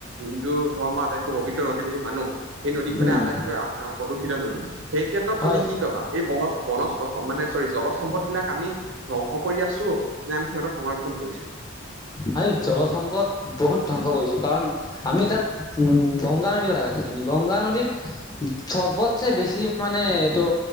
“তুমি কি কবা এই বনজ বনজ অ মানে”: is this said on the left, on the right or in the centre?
Right